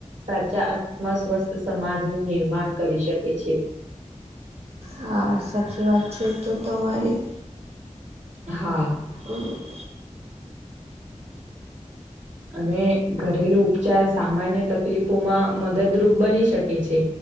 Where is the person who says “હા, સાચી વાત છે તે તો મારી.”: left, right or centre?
Right